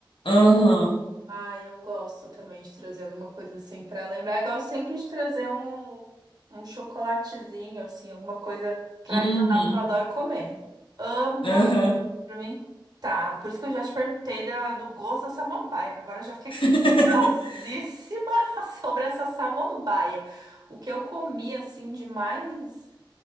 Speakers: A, on the left; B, on the right.
A: Aham,
B: Ah, eu gosto também de trazer alguma coisa assim pra lembrar. Eu gosto sempre de trazer um, um chocolatezinho, assim, alguma coisa tradicional,
A: uhum,
B: porque eu adoro comer. Amo.
A: aham.
B: experimentar. Por isso que eu já te perguntei da- do gosto da samambaia, que agora eu já fiquei
A: <laughs>
B: curiosíssima <laughs> sobre essa samambaia. O que eu comi, assim, demais,